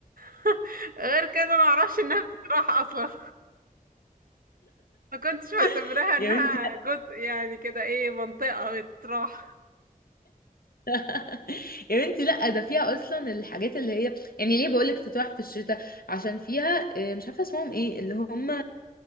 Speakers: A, on the right; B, on the left.
A: <laughs> غير كده ما اعرفش انها بتروح اصلا ما كنتش معتبرها
B: <laughs>
A: انها
B: يا بنتي لا.
A: جزء يعني كده ايه منطقة بتروح
B: <laughs> يا بنتي لا ده فيها اصلا الحاجات اللي هي يعني ليه بقولك تتراح في الشتاء عشان فيها آه، مش عارفه اسمهم ايه اللي هم